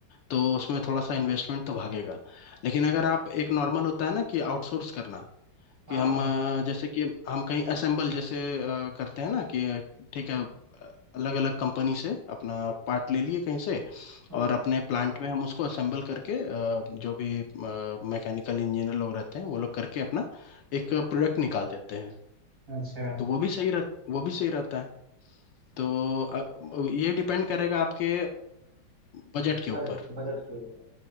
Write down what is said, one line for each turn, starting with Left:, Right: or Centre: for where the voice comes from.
Left: तो उसमें थोड़ा सा इन्वेस्टमेंट तो भागेगा लेकिन अगर आप एक नॉर्मल होता है ना कि आउटसोर्स करना
Right: हाँ
Left: कि हम
Right: हाँ
Left: अ, जैसे कि हम कहीं असेंबल जैसे अ, करते हैं ना कि अ, ठीक है अलग अलग कंपनी से अपना पार्ट ले लिए कहीं से
Right: हम्म
Left: और अपने प्लांट में हम उसको असेंबल करके अ, जो भी मैकेनिकल इंजीनियर लोग रहते हैं वो लोग करके अपना एक
Right: हम्म
Left: प्रोडक्ट निकाल देते हैं
Right: अच्छा
Left: तो वो भी सही रह वो भी सही रहता है तो अ, ये डिपेंड करेगा आपके बजट के
Right: बजट
Left: ऊपर
Right: बजट के ऊपर